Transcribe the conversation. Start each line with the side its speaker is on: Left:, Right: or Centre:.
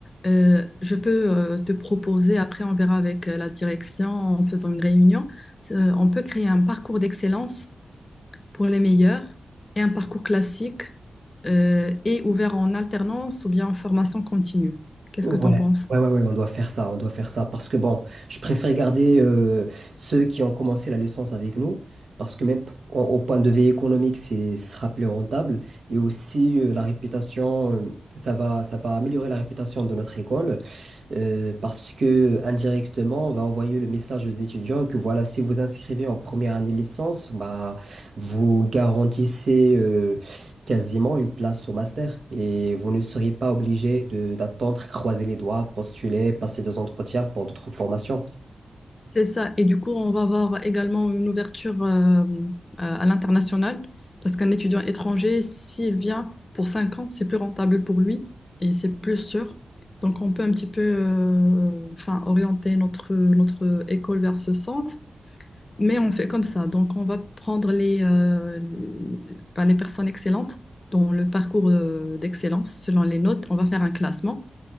Left: Euh, je peux euh, te proposer, après on verra avec euh, la direction en faisant une réunion, euh, on peut créer un parcours d'excellence pour les meilleurs et un parcours classique euh, et ouvert en alternance ou bien en formation continue. Qu'est-ce
Right: Ouais,
Left: que tu en penses?
Right: ouais, ouais, ouais, on doit faire ça, on doit faire ça. Parce que bon, je préfère garder euh, ceux qui ont commencé la licence avec nous, parce que même p- au, au point de vue économique, c'est ce sera plus rentable. Et aussi euh, la réputation, euh, ça va, ça va améliorer la réputation de notre école, euh, parce que indirectement, on va envoyer le message aux étudiants que voilà, si vous inscrivez en première année de licence, bah, vous garantissez euh, quasiment une place au master et vous ne seriez pas obligé de d'attendre, croiser les doigts, postuler, passer des entretiens pour d'autres formations.
Left: C'est ça. Et du coup, on va avoir également une ouverture euh, à à l'international parce qu'un étudiant étranger, s'il vient pour 5 ans, c'est plus rentable pour lui et c'est plus sûr. Donc, on peut un petit peu euh, enfin, orienter notre, notre école vers ce sens, mais on fait comme ça. Donc, on va prendre les, euh, les ben, les personnes excellentes dans le parcours euh, d'excellence selon les notes. On va faire un classement.